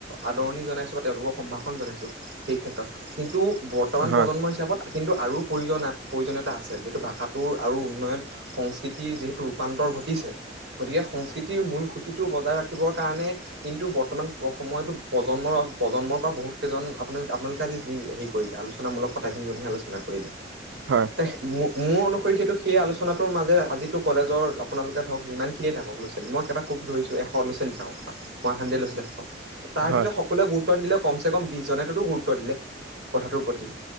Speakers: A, on the right; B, on the right.
A: আদৰণি জনাইছো বা তেওঁলোকক সম্ভাষণ জনাইছোঁ সেই ক্ষেত্ৰত কিন্তু বৰ্তমান
B: হয়
A: প্ৰজন্ম হিচাপত কিন্তু আৰু প্ৰয়োজন প্ৰয়োজনীয়তা আছে যিহেতু ভাষাটোৰ আৰু উন্নয়ন সংস্কৃতিৰ যিহেতু ৰূপান্তৰ ঘটিছে গতিকে সংস্কৃতিৰ মূল খুঁটিটো বজাই ৰাখিবৰ কাৰণে কিন্তু বৰ্তমান সময়তো প্ৰজন্মৰ প্ৰজন্মৰ পৰা বহুতকেইজন আপোনাৰ আপোনালোকে আজি যি হেৰি কৰিলে আলোচনামূলক কথাখিনিহে যেনেকে আলোচনা কৰিলে
B: হয়
A: ত <unintelligible> মোৰ অনুসৰি সেইটো সেই আলোচনাটোৰ মাজেৰে আজিতো কলেজৰ আপোনালোকে ধৰক যিমান খিনিয়ে থাকক ল'ৰা ছোৱালী মই কেবাক খুব ধৰিছো এশ উনৈছে লৈ থাকক ওৱান হানড্ৰেদ লৈছিলে তাৰ
B: হয়
A: ভিতৰত সকলোৱে গুৰুত্ব নিদিলে কম চে কম বিশজনেততো গুৰুত্ব দিলে কথাটোৰ প্ৰতি